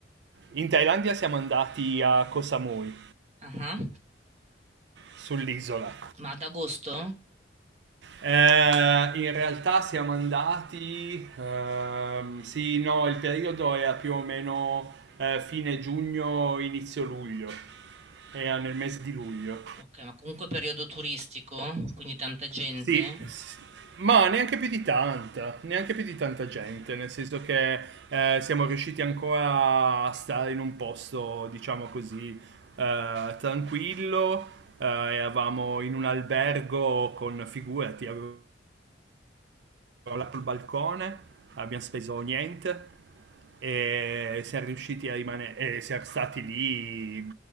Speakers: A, on the right; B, on the right.
A: in Thailandia siamo andati a Koh Samui,
B: Ah,
A: sull'isola.
B: Ma ad agosto?
A: Eh, in realtà siamo andati, ehm, sì, no, il periodo era più o meno eh, fine giugno, inizio luglio, era nel mese di luglio.
B: Ok, ma comunque periodo turistico, quindi tanta gente.
A: Sì, s- ma neanche più di tanta, neanche più di tanta gente, nel senso che eh, siamo riusciti ancora a stare in un posto, diciamo così, eh, tranquillo, eh, eravamo in un albergo con, figurati, avevo crollato il balcone, abbiamo speso niente e siamo riusciti a rimanere, e siamo stati lì